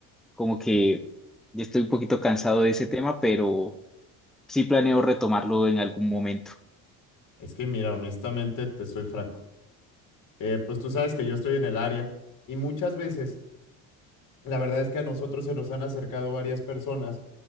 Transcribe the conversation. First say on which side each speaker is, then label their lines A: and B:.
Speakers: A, in the centre; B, on the left.
A: como que ya estoy un poquito cansado de ese tema, pero sí planeo retomarlo en algún momento.
B: Es que mira, honestamente te soy franco. Eh, pues tú sabes que yo estoy en el área y muchas veces La verdad es que a nosotros se nos han acercado varias personas,